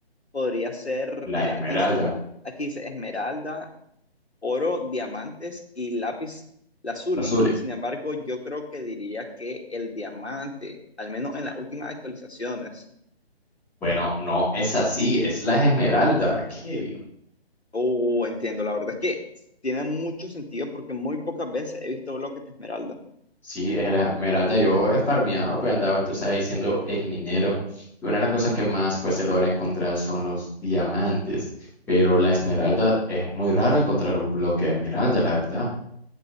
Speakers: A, on the left; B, in the centre.
A: podría ser,
B: la
A: mira,
B: esmeralda,
A: aquí, s- aquí dice esmeralda, oro, diamantes y lápiz lazuli.
B: la azul.
A: Sin embargo, yo creo que diría que el diamante, al menos en las últimas actualizaciones.
B: Bueno, no es así, es la esmeralda, Kevin.
A: Oh, entiendo, la verdad es que tiene mucho sentido porque muy pocas veces he visto bloques de esmeralda.
B: Sí, es la esmeralda. Yo he farmeado, pues he andado, tú sabes, siendo el minero. Y una de las cosas que más pues se logra encontrar son los diamantes. Pero la esmeralda es muy raro encontrar un bloque de esmeralda, la verdad.